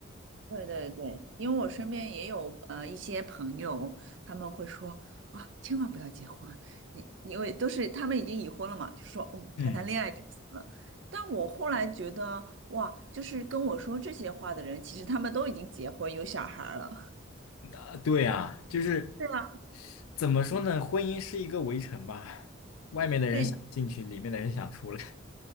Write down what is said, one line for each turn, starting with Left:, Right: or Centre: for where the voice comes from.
Right: 对对对，因为我身边也有呃一些朋友，他们会说啊，千万不要结婚，你因为都是他们已经已婚了嘛，就说嗯，
Left: 嗯，
Right: 谈谈恋爱就行了。但我后来觉得，哇，就是跟我说这些话的人，其实他们都已经结婚有小孩儿了。
Left: 啊，对啊，就是
Right: 对啊，
Left: 怎么说呢？婚姻是一个围城吧，外面的人想进去，
Right: <laughs> 对
Left: 里面的人想出来。